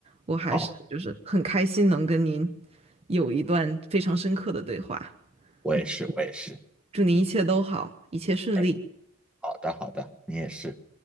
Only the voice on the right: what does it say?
我还是就是很开心能跟您
有一段非常深刻的对话，
嗯
祝您一切都好，一切顺利。